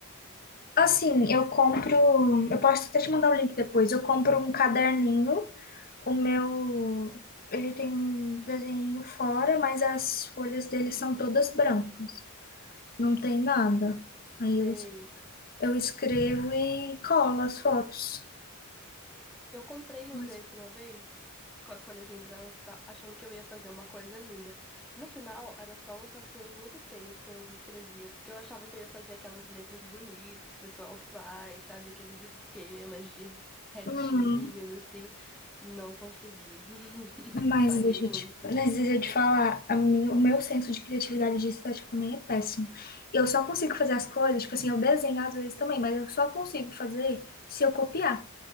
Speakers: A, on the left; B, in the centre.
A: Assim, eu compro. Eu posso até te mandar o link depois. Eu compro um caderninho. O meu. Ele tem um desenho fora, mas as folhas dele são todas brancas. Não tem nada. Aí
B: Sei.
A: eu, es- eu escrevo e colo as fotos.
B: Eu comprei
A: Mas-
B: um desse uma vez, com as folhas em branco e tal, achando que eu ia fazer uma coisa linda. No final, era só uns rascunhos muito feios que eu escrevia, porque eu achava que eu ia fazer aquelas letras bonitas que o pessoal faz, sabe? Aqueles esquemas de retinhos,
A: Uhum.
B: assim. Não consegui. <laughs>
A: Mas
B: Falhei
A: deixa
B: muito.
A: eu te, mas deixa eu te falar, a minha, o meu senso de criatividade de estética também é péssimo. Eu só consigo fazer as coisas, tipo assim, eu desenho às vezes também, mas eu só consigo fazer se eu copiar.